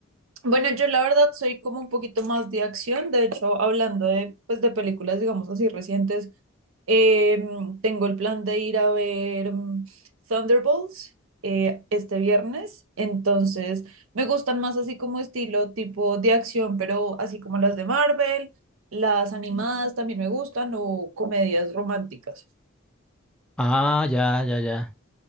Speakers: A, on the right; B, in the centre.
A: Bueno, yo la verdad soy como un poquito más de acción, de hecho, hablando de, pues, de películas, digamos así, recientes. Em, tengo el plan de ir a ver mm, Thunderbolts eh, este viernes, entonces me gustan más así como estilo tipo de acción, pero así como las de Marvel, las animadas también me gustan o comedias románticas.
B: Ah, ya, ya, ya.